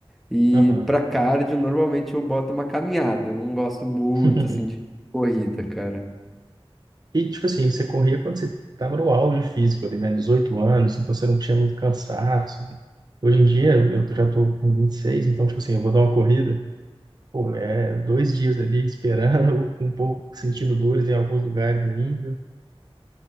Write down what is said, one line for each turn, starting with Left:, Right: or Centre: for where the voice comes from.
Centre: E
Right: Aham.
Centre: pra cardio, normalmente eu boto uma caminhada. Eu não gosto muito,
Right: <laughs>
Centre: assim, de corrida, cara.
Right: E, tipo assim, você corria quando você estava no auge físico ali, né? dezoito anos, então você não tinha muito cansaço. Hoje em dia, eu já tô com vinte e seis então, tipo assim, eu vou dar uma corrida, pô, é dois dias ali esperando, <laughs> um pouco sentindo dores em alguns lugares ainda.